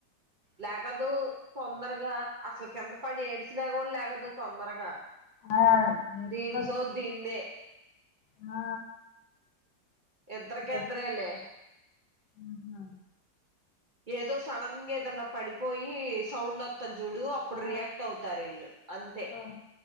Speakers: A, on the right; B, on the left.
A: లేగదు తొందరగా అసలు కింద పడి ఏడిసినా కూడా లేగదు తొందరగా
B: ఆ నేర్చుకోవచ్చు
A: దిన్ సోద్ దీనిదే
B: ఆ
A: ఇద్దార్క్
B: ఏ
A: ఇద్దరేలే
B: హుహు.
A: ఏదో సడన్గా ఏదన్నా పడిపోయి సౌండ్ అత్తది చుడు అప్పుడు
B: ఆ
A: రియాక్ట్ అవుతారు ఇల్లు అంతే
B: ఓహ్!